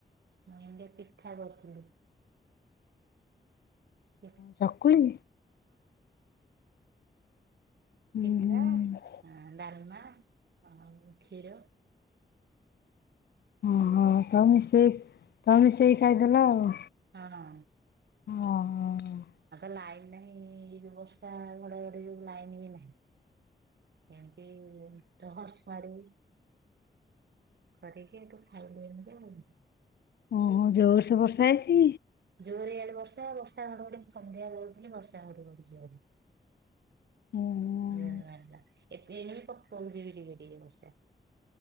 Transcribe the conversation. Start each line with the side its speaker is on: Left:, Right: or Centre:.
Right: ମୁଇଁ ପିଠା କରିଥିଲି। <unintelligible>
Left: ଚକୁଳି?
Right: ପିଠା
Left: ଉଁ ହୁଁ
Right: ଡାଲମା ଆଉ କ୍ଷୀର। ହଁ
Left: ଓହୋ ତମେ ସେଇ ତମେ ସେଇ ଖାଇଦେଲ ଆଉ
Right: ହଁ।
Left: ହଁ।
Right: ଲାଇନ୍ ନାହିଁଏ ଯୋଉ ବର୍ଷା ଘଢ ଘଡି ଲାଇନ ବି ନାହିଁ। ଏଇ ଟହସ ମାଡି କରିକି ଏ ତୁ ଖାଇଲୁ ଏଇନିକା ଆଉ।
Left: ଓହୋ ଜୋରସେ ବର୍ଷା ହେଇଛି।
Right: ଜୋରେ ଏଆଡେ ବର୍ଷଉ ବର୍ଷା ଘଡଘଡି ମୁ ସନ୍ଧ୍ୟା ଦେହୁଥିଲି ବର୍ଷା ଘଡି ଜୋରେ।
Left: ଓହୋ
Right: ଏଇନା ଵି ପକଉଛି ଟିକେ ଟିକେ ବର୍ଷା।